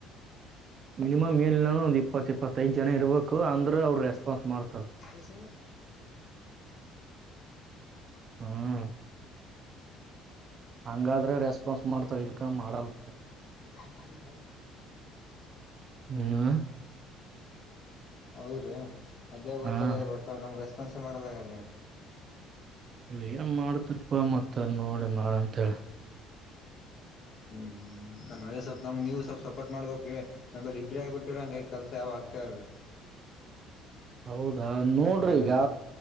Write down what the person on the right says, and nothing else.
ಮಿನಿಮಮ್ ಇಲ್ ಅಂದ್ರು ಒಂದ್ ಇಪ್ಪತ್ ಇಪ್ಪತ್ತೈದ್ ಜನಾ ಇರ್ಬಕ ಅಂದ್ರ ಅವ್ರು ರೆಸ್ಪಾನ್ಸ್ ಮಾಡ್ತಾರ.
ಹ್ಮ್. ಹಂಗಾದ್ರ ರೆಸ್ಪಾನ್ಸ್ ಮಾಡ್ತಾರ್ ಇಲ್ಕ ಮಾಡಲ್.
ಹ್ಮ್ನೀವು.
ಹಾ
ಇಲ್ಲಿ ಏನ್ ಮಾಡ್ತೀರ್ಪಾ ಮತ್ತ ನೋಡಿ ಮಾಡ ಅಂತೇಳ. <inaudible>
<inaudible> ಹೌದಾ ನೋಡ್ರಿ
ಈಗಾ